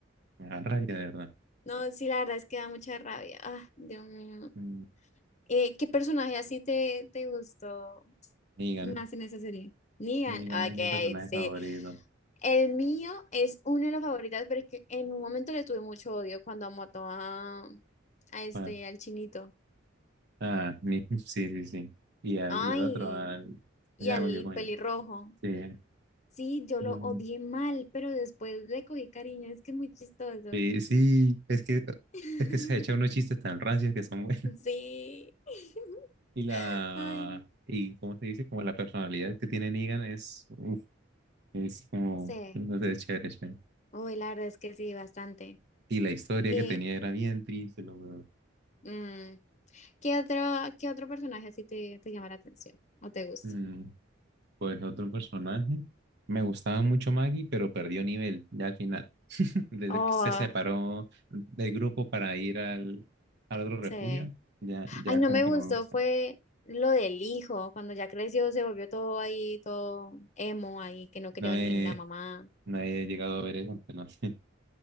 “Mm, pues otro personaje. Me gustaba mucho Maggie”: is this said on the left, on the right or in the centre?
Right